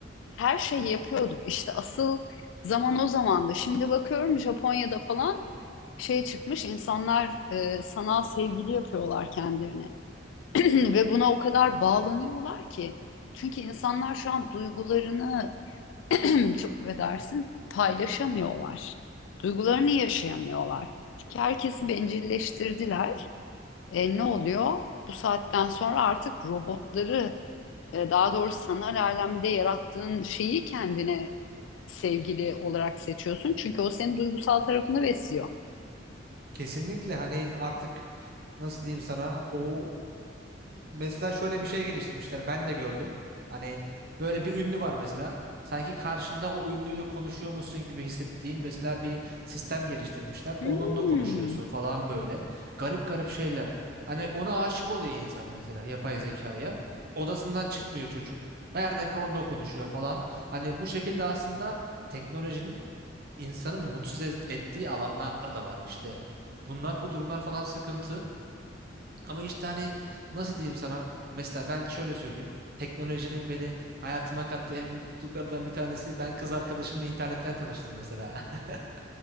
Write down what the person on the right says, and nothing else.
Kesinlikle hani artık nasıl diyeyim sana o Mesela şöyle bir şey geliştirmişler. Ben de gördüm. Hani böyle bir ünlü var mesela. Sanki karşında o ünlüyle konuşuyor musun gibi hissettiğim. mesela bir sistem geliştirmişler.
Onunla konuşuyorsun falan böyle. Garip garip şeyler. Hani ona aşık oluyor insan mesela yapay zekaya. Odasından çıkmıyor çocuk. Her dakika onunla konuşuyor falan. Hani bu şekilde aslında teknolojinin insanı mutsuz et- ettiği alanlar da var. İşte bunlar bu durumlar falan sıkıntı. Ama işte hani nasıl diyeyim sana? Mesela ben şöyle söyleyeyim. Teknolojinin beni hayatıma kattığı en mutluluklardan bir tanesi ben kız arkadaşımla internetten tanıştım mesela. <laughs>